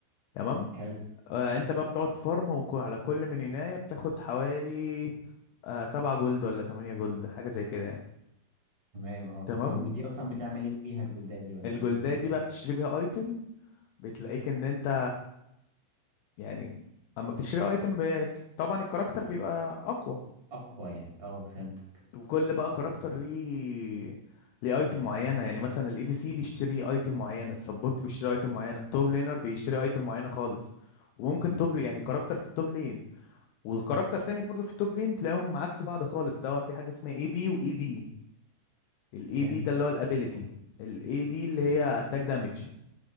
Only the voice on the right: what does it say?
حلو
تمام اه
طب ودي اصلا بتعمل ايه بيها الجلدات دي ولا
الحاجات دي بتعمل
بيها
ايه
اقوى يعني اه فهمتك
مم.
فهمتك
آه.